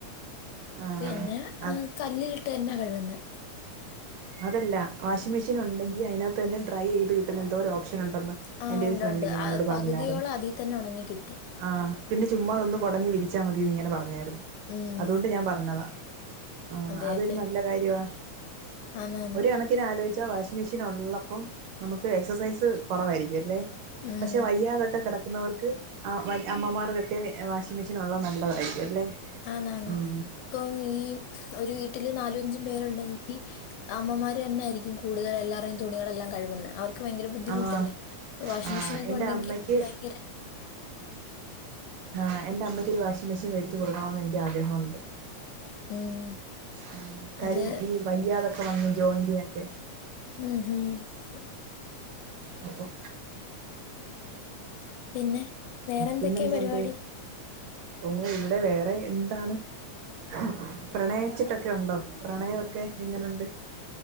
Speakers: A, on the right (about 75°); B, on the left (about 80°).
A: ആഹ്
B: പിന്നെ
A: അത്
B: ആ കല്ലിലിട്ട് തന്ന കഴുകുന്നെ
A: അതല്ല വാഷിഗ് മെഷീനൊണ്ടെങ്കി അയിനാത്ത് തന്നെ ഡ്രൈ ചെയ്ത് കിട്ടുന്ന എന്തോരൊപ്ഷ് നുണ്ടെന്ന്
B: ആ
A: എന്റെ
B: ഉണ്ട്
A: ഒരു ഫ്രണ്ടിങ്ങനെ
B: ഉണ്ട് ആ,
A: എന്നോട്
B: പകുതിയോളം
A: പറഞ്ഞായിര്ന്ന്
B: അതിൽ തന്നെ ഉണങ്ങി കിട്ടും
A: ആ പിന്നെ ചുമ്മാതൊന്നന്ന് കൊടഞ് വിരിച്ചാമതീ ന്ന് ഇങ്ങനെ പറഞ്ഞായിരുന്നു
B: ഉം
A: അതുകൊണ്ട് ഞാൻ പറഞ്ഞതാ ആ
B: അതെ
A: അതൊരു
B: അതെ
A: നല്ല കാര്യവാ
B: ആന്നാന്ന്
A: ഒരു കണക്കിന് ആലോയ്ച്ചാ വാഷിംഗ് മിഷീൻ ഒള്ളപ്പം നമുക്ക് എക്സസൈസ് കൊറവായിരിക്കും അല്ലേ?
B: ഉം
A: പക്ഷേ വയ്യാതൊക്കെ കെടക്ക് ക്കുന്നവർക്ക് ആ അമ്മമാർക്കൊക്കെ വാഷിംഗ് മിഷീൻ ഒള്ളത് നല്ലതായിരിക്കും അല്ലേ?
B: ആന്നാന്ന്
A: ഉം
B: ഇപ്പം ഈ ഒരു വീട്ടില് നാലും അഞ്ചും പേരുണ്ടെങ്ക് ഈ അമ്മമാര് തന്നെയായിരിക്കും കൂടുതൽ എല്ലാരേയും തുണികളെല്ലാം കഴുവുന്നേ അവർക്ക് വയങ്കര ബുദ്ധിമുട്ടല്ലേ?
A: ആഹ്
B: ഇപ്പോ വാഷിംഗ്
A: ആഹ്
B: മെഷീനൊക്കെ
A: എന്റെ
B: ഉണ്ടെങ്കി
A: അമ്മയ്ക്ക്
B: ഭയങ്കര
A: ആ എന്റെ അമ്മയ്ക്കൊരു വാഷിംഗ് മെഷീൻ വേടിച്ചു കൊടുക്കണോന്ന് എനിക്ക് ആഗ്രഹോണ്ട്.
B: ഉം
A: മ് കാര്യം
B: അത്
A: ഈ വയ്യാതൊക്കെ വന്നു ജോയിന്റ്നൊക്കെ
B: ങ്ഹ് ആ
A: അപ്പം
B: പിന്നെ വേറെന്തൊക്കെയാ
A: പിന്നെന്തോണ്ട്
B: പരിപാടി?
A: ഓ ഇവിടെ വേറെ എന്താണ്? അഹ് പ്രണയിച്ചിട്ടൊക്കെ ഒണ്ടോ? പ്രണയവൊക്കെ എങ്ങനുണ്ട്?